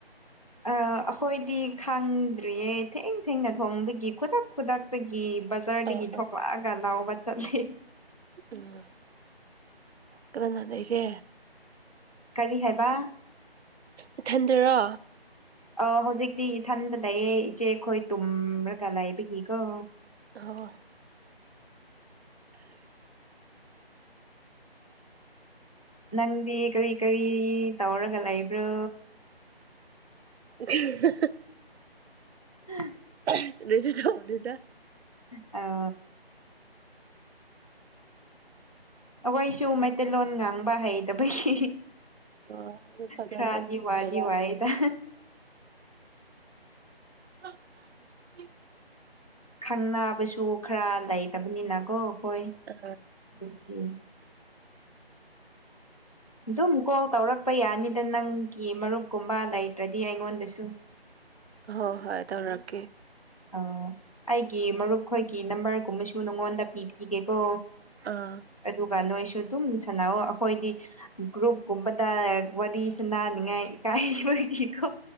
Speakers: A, on the left; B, on the right.
A: ꯑꯩ ꯑꯩꯈꯣꯏꯗꯤ ꯈꯥꯡꯗ꯭ꯔꯤꯌꯦ ꯊꯦꯡ ꯊꯦꯡꯅ ꯊꯣꯡꯕꯒꯤ ꯈꯨꯗꯛ ꯈꯨꯗꯛꯇꯒꯤ꯫ ꯕꯖꯥꯔꯗꯒꯤ
B: ꯑꯥ ꯑꯥ
A: ꯊꯣꯛꯂꯛꯑꯒ ꯂꯧꯕ ꯆꯠꯂꯤ꯫
B: ꯎꯝ ꯀꯗꯥꯅ ꯑꯩꯁꯦ꯫
A: ꯀꯔꯤ ꯍꯥꯏꯕ
B: ꯏꯊꯟꯗꯔꯣ꯫
A: ꯑ ꯍꯧꯖꯤꯛꯇꯤ ꯏꯊꯟꯗꯗꯌꯦ ꯏꯆꯦꯈꯣꯏ ꯇꯨꯝꯔꯒ ꯂꯥꯏꯕꯒꯤꯀꯣ
B: ꯍ
A: ꯅꯪꯗꯤ ꯀꯔꯤ ꯀꯔꯤ ꯇꯧꯔꯒ ꯂꯩꯕ꯭ꯔꯣ꯫
B: ꯍꯤ ꯍ꯫
A: ꯎꯝ
B: <inaudible>
A: ꯑ ꯑꯩꯈꯣꯏꯁꯨ ꯃꯩꯇꯩꯂꯣꯟ ꯉꯥꯡꯕ ꯍꯩꯇꯕꯒꯤ
B: ꯑꯣ ꯑꯗꯨ ꯐꯖꯅ
A: ꯈꯥꯔꯗꯤ
B: ꯈꯪꯗꯕ
A: ꯋꯥꯗꯤ ꯋꯥꯏꯗ꯫
B: <inaudible>
A: ꯈꯪꯅꯕꯁꯨ ꯈꯔ ꯂꯩꯇꯕꯅꯤꯅꯀꯣ ꯈꯣꯥꯏ
B: ꯑ
A: ꯑꯗꯨꯒꯤ꯫ ꯑꯗꯨꯝ ꯀꯣꯜ ꯇꯧꯔꯛꯄ ꯌꯥꯅꯤꯗ ꯅꯪꯒꯤ ꯃꯔꯨꯞꯀꯨꯝꯕ ꯂꯩꯇ꯭ꯔꯗꯤ ꯑꯩꯉꯣꯟꯗꯁꯨ꯫
B: ꯍꯣꯏ ꯍꯣꯏ ꯇꯧꯔꯛꯀꯦ꯫
A: ꯑ ꯑꯩꯒꯤ ꯃꯔꯨꯞꯈꯣꯏꯒꯤ ꯅꯝꯕꯔꯒꯨꯝꯕꯁꯨ ꯅꯉꯣꯟꯗ ꯄꯤꯈꯤꯒꯦꯀꯣ꯫
B: ꯑꯥ꯫
A: ꯑꯗꯨꯒ ꯅꯣꯏꯁꯨ ꯑꯗꯨꯝ ꯁꯥꯟꯅꯑꯣ ꯑꯩꯈꯣꯏꯗꯤ꯫ ꯒ꯭ꯔꯨꯞꯀꯨꯝꯕꯗ ꯋꯥꯔꯤ ꯁꯅꯥꯅꯤꯡꯉꯥꯏ ꯏꯀꯥꯏꯕꯒꯤꯀꯣ꯫